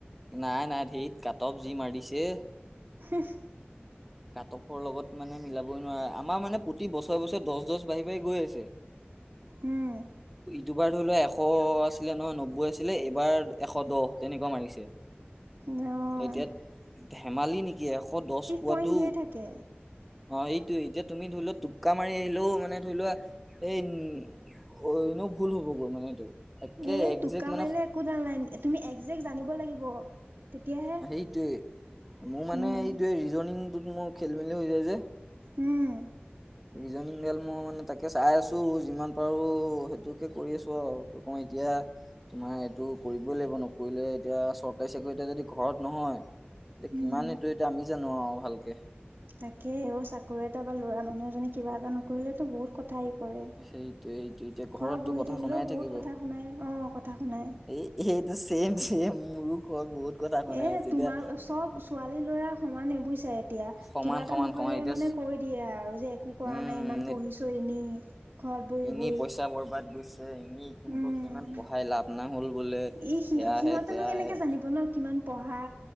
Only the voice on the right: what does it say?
উ
হুম।
ন
পইণ্ট দিয়ে থাকে।
এ
টোক্কা
মাৰিলে একো ডাল নাই তুমি একজেক্ট জানিব লাগিব। তেতিয়াহে,
উম,
উম।
উম।
তাকে চাকৰি এটা বা ল'ৰা মানুহ এজনে কিবা এটা নকৰিলেতো বহুত ক আহি পৰে
ঘৰত বহি
থাকিলেও
বহুত
কথা শুনাই, অ', কথা শুনাই
এ
তোমাৰ
চব ছোৱালী-লৰা সমানে বুজিছা এতিয়া
কিবা এটা
নকৰিলে
মানে কৈ দিয়ে আৰু যে একো কৰা
নাই ইমান পঢ়িছ এনেই ঘৰত বহি
বহি
উম।
ই সি সিহঁতেনো কেনেকে জানিব ন কিমান পঢ়া